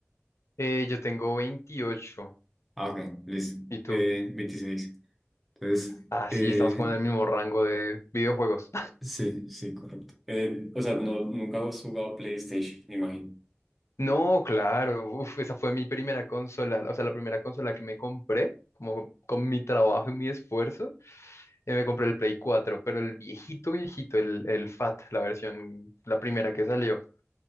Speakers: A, on the left (about 75°); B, in the centre.
A: Eh, yo tengo 28,
B: Ah, ok, listo.
A: ¿y tú?
B: Eh, 26. Entonces,
A: Ah,
B: eh,
A: sí, estamos como en el mismo rango de videojuegos.
B: sí, sí, correcto. Eh, o sea, no, nunca has jugado PlayStation, me imagino.
A: No, claro, uf, esa fue mi primera consola, o sea, la primera consola que me compré, como con mi trabajo y mi esfuerzo, eh, me compré el Play 4, pero el viejito, viejito, el, el FAT, la versión, la primera que salió.